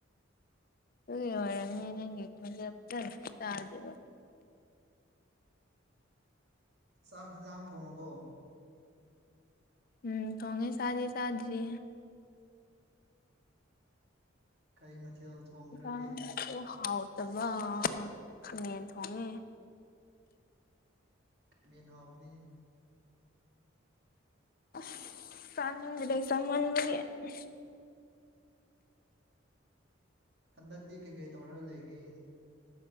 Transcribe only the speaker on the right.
ꯆꯥꯛ ꯍꯦꯟꯁꯥꯡ ꯊꯣꯡꯉꯕꯣ
ꯀꯩ ꯃꯊꯦꯜ ꯊꯣꯡꯈ꯭ꯔꯒꯦ
ꯃꯦꯟꯍꯥꯎꯕꯅꯤ
ꯍꯟꯗꯛꯇꯤ ꯀꯩꯀꯩ ꯇꯧꯔꯒ ꯂꯩꯒꯦ